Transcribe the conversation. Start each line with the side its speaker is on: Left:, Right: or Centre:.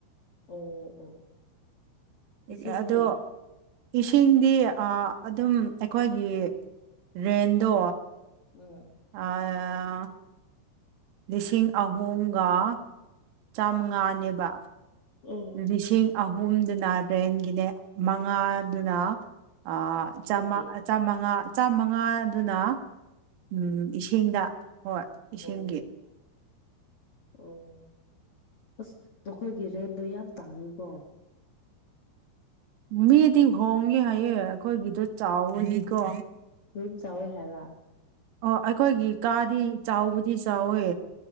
Left: ꯑꯣ ꯑꯣ꯫
Right: ꯑꯦꯛ
Left: ꯏꯁꯤꯡꯗꯤ
Right: ꯑꯗꯣ ꯏꯁꯤꯡꯗꯤ ꯑꯥ ꯑꯗꯨꯝ ꯑꯩꯈꯣꯏꯒꯤ ꯔꯦꯟꯗꯣ꯫
Left: ꯎꯝ꯫
Right: ꯑꯥ <unintelligible> ꯂꯤꯁꯤꯡ ꯑꯍꯨꯝꯒ ꯆꯥꯃꯉꯥꯅꯦꯕ꯫
Left: ꯑꯝ
Right: ꯂꯤꯁꯤꯡ ꯑꯍꯨꯝꯗꯨꯅ ꯔꯦꯟꯒꯤꯅꯦ ꯃꯉꯥꯗꯨꯅ꯫ ꯑꯥ
Left: ꯏꯁꯤꯡꯒꯤ
Right: ꯆꯃꯥ ꯆꯥꯃꯉꯥ ꯆꯥꯃꯉꯥꯗꯨꯅ ꯎꯝ ꯏꯁꯤꯡꯗ ꯍꯣꯏ꯫ ꯏꯁꯤꯡꯒꯤ꯫
Left: ꯑꯣ ꯑꯣ ꯑꯁ ꯅꯈꯣꯏꯒꯤ ꯔꯦꯟꯗꯣ ꯌꯥꯝ ꯇꯥꯡꯉꯦꯀꯣ꯫
Right: ꯃꯤꯗꯤ ꯍꯣꯡꯉꯦ ꯍꯥꯏꯌꯦ ꯑꯩꯈꯣꯏꯒꯤꯗꯣ ꯆꯥꯎꯕꯅꯤꯀꯣ꯫
Left: ꯔꯨꯝ ꯆꯥꯎꯋꯦ ꯍꯥꯏꯕ꯫
Right: ꯑꯣ ꯑꯩꯈꯣꯏꯒꯤ ꯀꯥꯗꯤ ꯆꯥꯎꯕꯨꯗꯤ ꯆꯥꯎꯋꯦ꯫